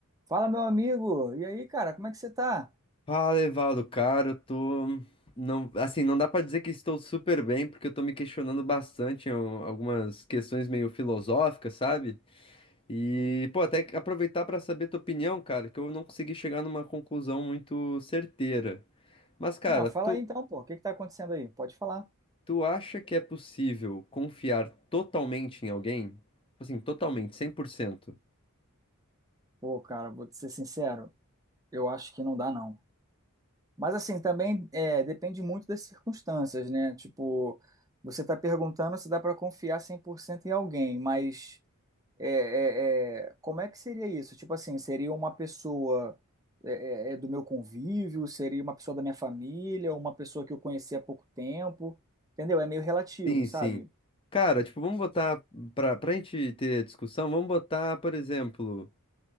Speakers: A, on the right (about 15°); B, on the left (about 25°).
A: Fala, meu amigo. E aí, cara, como é que você tá?
B: Fala, Evaldo, cara, eu tô. Não, assim, não dá pra dizer que estou super bem, porque eu tô me questionando bastante em al- algumas questões meio filosóficas, sabe? E, pô, até que aproveitar pra saber tua opinião, cara, que eu não consegui chegar numa conclusão muito certeira. Mas, cara,
A: Não, fala
B: tu,
A: aí então, pô. O que que tá acontecendo aí? Pode falar.
B: tu acha que é possível confiar totalmente em alguém? Assim, totalmente, 100%?
A: Pô, cara, vou te ser sincero, eu acho que não dá, não. Mas assim, também é, depende muito das circunstâncias, né? Tipo, você tá perguntando se dá pra confiar 100% em alguém, mas é, é, é, como é que seria isso? Tipo assim, seria uma pessoa é, é, é, do meu convívio? Seria uma pessoa da minha família? Uma pessoa que eu conheci há pouco tempo? Entendeu? É meio relativo,
B: Sim,
A: sabe?
B: sim. Cara, tipo, vamos botar, pra, pra gente ter discussão, vamos botar, por exemplo.